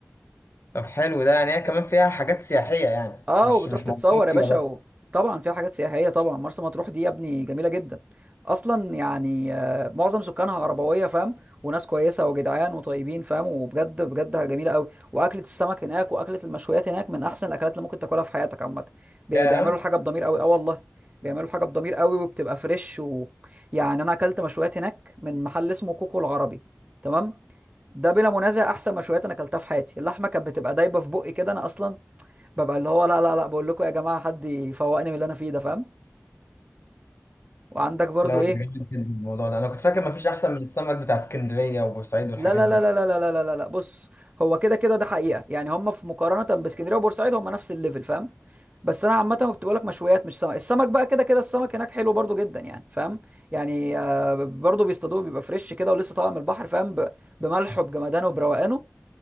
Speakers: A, on the left (about 60°); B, on the right (about 25°).
A: طب حلو ده يعني هي كمان
B: بت...
A: فيها حاجات سياحيه يعني
B: اه
A: مش
B: وبتروح
A: مش
B: تتصور
A: موضوعية
B: يا باشا
A: بس
B: و... طبعا فيها حاجات سياحيه طبعا مرسى مطروح دي يا ابني جميله جدا اصلا يعني آه، معظم سكانها عربويه فاهم وناس كويسه وجدعان وطيبين فاهم وبجد بجد جميله قوي واكله السمك هناك واكله المشويات هناك من احسن الاكلات اللي ممكن تاكلها في حياتك عامه بي-
A: ياه
B: بيعملوا الحاجه بضمير قوي اه والله بيعملوا حاجه بضمير قوي وبتبقى فريش و... يعني انا اكلت مشويات هناك من محل اسمه كوكو العربي تمام ده بلا منازع احسن مشويات انا اكلتها في حياتي اللحمه كانت بتبقى دايبه في بقي كده انا اصلا ببقى اللي هو لا لا لا بقول لكم يا جماعه حد يفوقني من اللي انا فيه ده فاهم وعندك برضو
A: لا
B: ايه
A: جامد جدا عن الموضوع ده انا كنت فاكر مفيش احسن من السمك بتاع اسكندريه وبورسعيد والحاجات
B: لا لا
A: دي
B: لا لا لا لا لا لا لا لا. بص هو كده كده ده حقيقه يعني هم في مقارنه باسكندريه وبورسعيد هم نفس الليفل فاهم بس انا عامه كنت بقول لك مشويات مش سمك السمك بقى كده كده السمك هناك حلو برضو جدا يعني فاهم يعني آه، برضو بيصطادوه بيبقى فريش كده ولسه طالع من البحر فاهم ب- بملحه بجمدانه وبروقانه